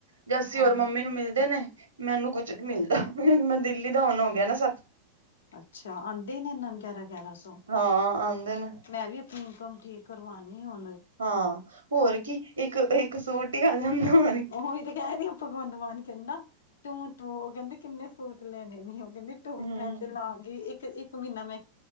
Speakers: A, on the right (about 70°); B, on the left (about 65°).
A: ਜੱਸੀ
B: ਹਾਂ
A: ਹੋਰ ਮੰਮੀ ਨੂੰ ਮਿਲਦੇ ਨੇ ਮੈਨੂੰ ਕੁਛ ਨੀ ਮਿਲਦਾ ਮੈਂ ਦਿੱਲੀ ਦਾ ਨ ਹੋ ਗਿਆ ਨਾ ਸਭ
B: ਅੱਛਾ ਆਉਂਦੇ ਹੀ ਨੇ ਇਨਾਂ ਗਿਆਰਾਂ ਗਿਆਰਾਂ ਸੌ
A: ਹਾਂ ਆਉਂਦੇ ਨੇ
B: ਮੈਂ ਵੀ ਇਨਕਮ ਠੀਕ ਕਰਵਾਉਣੀ ਉਹ
A: ਹਾਂ ਹੋਰ ਕੀ ਇੱਕ ਇੱਕ ਸੂਟ ਹੀ ਆ ਜਾਂਦਾ ਹੋ
B: ਉਹੀ ਤੇ ਕਹਿ ਰਹੀ ਆ ਭਗਵੰਤ ਮਾਨ ਕਹਿੰਦਾ ਤੂੰ ਤੂੰ ਉਹ ਕਹਿੰਦੇ ਕਿੰਨੇ ਸੂਟ ਲੈਣੇ ਨੇ ਉਹ ਕਹਿੰਦੇ ਟੂ
A: ਹਮ
B: ਮੈਂ ਤੇ ਲਾਵਾਂਗੀ ਇੱਕ ਇੱਕ ਮਹੀਨਾ ਮੈਂ